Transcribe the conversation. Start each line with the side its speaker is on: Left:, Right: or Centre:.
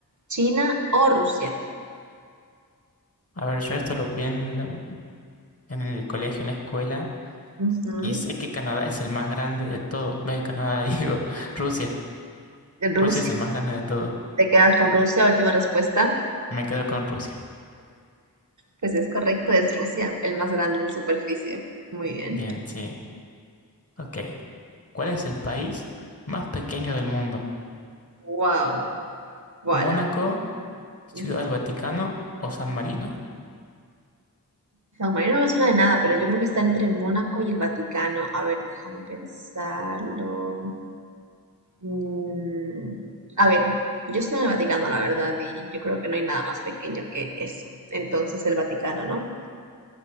Right: China o Rusia.
Left: A ver, yo esto lo vi en, la- en el colegio, en la escuela,
Right: Ujú,
Left: y sé que Canadá es el más grande de todo. Ve, Canadá, <laughs> digo, Rusia.
Right: En Rusia.
Left: Rusia es el más grande de todo.
Right: ¿Te quedas con Rusia? Última respuesta.
Left: Sí, Me quedo con Rusia.
Right: Pues es correcto, es Rusia, el más grande en superficie. Muy bien.
Left: Bien, sí. Ok. ¿Cuál es el país más pequeño del mundo?
Right: Wow. Bueno,
Left: ¿Mónaco? Ciudad
Right: San
Left: del Vaticano o San Marino.
Right: Marino no me suena de nada, pero yo creo que está entre Mónaco y el Vaticano. A ver, déjame pensarlo. Mm, a ver, yo estoy en el Vaticano, la verdad, y yo creo que no hay nada más pequeño que eso. Entonces, el Vaticano, ¿no?